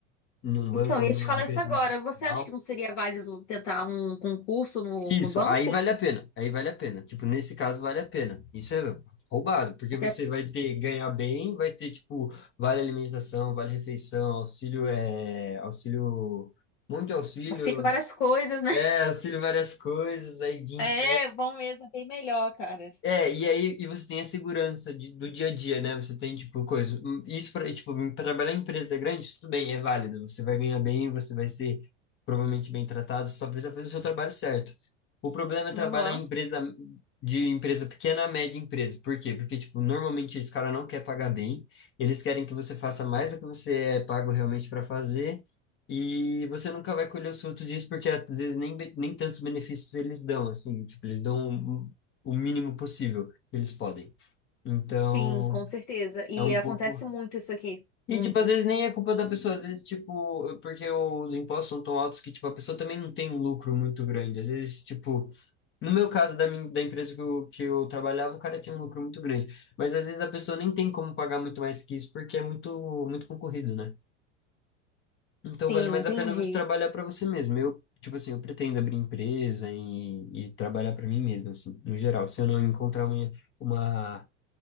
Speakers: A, on the left (about 30°); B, on the left (about 75°).
A: num banco
B: Então, eu
A: ou
B: ia
A: numa
B: te falar
A: empresa
B: isso agora.
A: multinacional.
B: Você acha que não seria válido tentar um concurso no,
A: Isso,
B: no banco?
A: aí vale a pena, aí vale a pena. Tipo, nesse caso vale a pena. Isso é roubado, porque
B: Até
A: você vai ter ganhar bem, vai ter tipo vale alimentação, vale refeição, auxílio é auxílio, um monte de auxílio,
B: auxílio várias coisas, né?
A: é auxílio várias coisas, aí Guinpe
B: É, bom mesmo, é bem melhor, cara.
A: é, e aí e você tem a segurança de- do dia a dia, né? Você tem, tipo, coisa. hum, Isso para, tipo, pra trabalhar em empresa grande, isso tudo bem, é válido. Você vai ganhar bem, você vai ser provavelmente bem tratado, você só precisa fazer o seu trabalho certo. O problema é
B: Uhum.
A: trabalhar em empresa de empresa pequena a média empresa. Por quê? Porque, tipo, normalmente esse cara não quer pagar bem, eles querem que você faça mais do que você é pago realmente para fazer. E você nunca vai colher os frutos disso, porque às vezes nem, be- nem tantos benefícios eles dão, assim, tipo, eles dão um, um o mínimo possível que eles podem. Então,
B: Sim, com certeza. E
A: é um
B: acontece
A: pouco.
B: muito isso aqui. Muito.
A: E, tipo, às vezes nem é culpa da pessoa, às vezes, tipo, porque os impostos são tão altos que, tipo, a pessoa também não tem um lucro muito grande. Às vezes, tipo, no meu caso, da, min- da empresa que eu, que eu trabalhava, o cara tinha um lucro muito grande. Mas às vezes a pessoa nem tem como pagar muito mais que isso porque é muito, muito concorrido, né? Então
B: Sim,
A: vale mais
B: entendi.
A: a pena você trabalhar para você mesmo. Eu, tipo assim, eu pretendo abrir empresa e, e trabalhar para mim mesmo, assim, no geral. Se eu não encontrar uma, uma